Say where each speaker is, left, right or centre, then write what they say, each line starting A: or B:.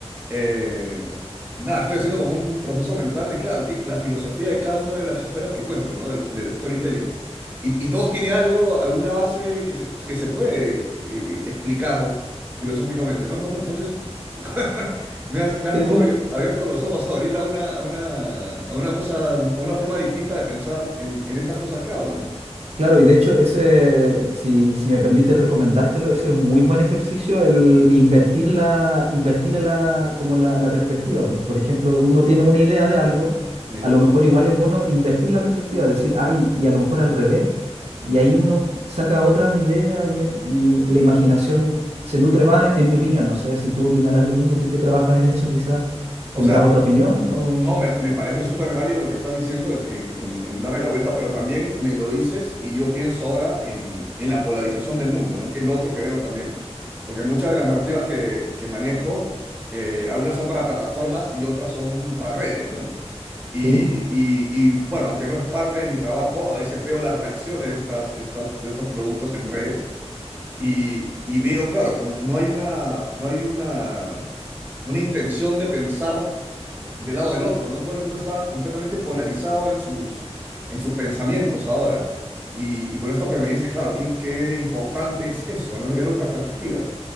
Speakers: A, on the right (about 15°); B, on the right (about 70°).
A: Eh, nada, estoy haciendo como un proceso mental de, claro, que la filosofía de cada una de las historias que cuento, ¿no? De los- del storytelling. Y, y todo tiene algo, alguna base que se, que se puede eh, explicar filosóficamente, ¿no? Entonces, <laughs> me has, me has
B: Sí,
A: como
B: sí.
A: abier- abierto los ojos ahorita a una, a una, a una cosa, a una forma distinta de pensar en, en estas cosas que hago, ¿no?
B: Claro, y de hecho, ese, si, si me permites recomendártelo, ese es un muy buen ejercicio, el invertir la, invertir la, como la, la perspectiva. Por ejemplo, uno tiene una idea de algo,
A: Sí.
B: a lo mejor igual es bueno invertir la perspectiva, decir, ay, y a lo mejor al revés, y ahí uno saca otras ideas y, y la imaginación se nutre más, en mi opinión. No sé si tú opinarás lo mismo, tú que trabajas en eso, quizás tendrás
A: O sea,
B: otra opinión, o...
A: No, me, me parece súper válido lo que estás diciendo en, en- en- en darle la vuelta, pero también me lo dices y yo pienso ahora en, en la polarización del mundo, ¿no? Que es lo otro que veo también. Porque muchas de las narrativas que, que manejo, eh, algunas son para plataformas y otras son para redes, ¿no? Y,
B: Sí,
A: y- y, bueno, aunque no es parte de mi trabajo, a veces veo las reacciones de estas, de estos, de estos productos en redes y, y veo, claro, como no hay una, no hay una, una intención de pensar del lado del otro, ¿no? Todo el mundo está completamente polarizado en sus, en sus pensamientos ahora. Y, y con esto que me dices, claro, qué, qué importante es eso, ¿no? Es ver otras perspectivas.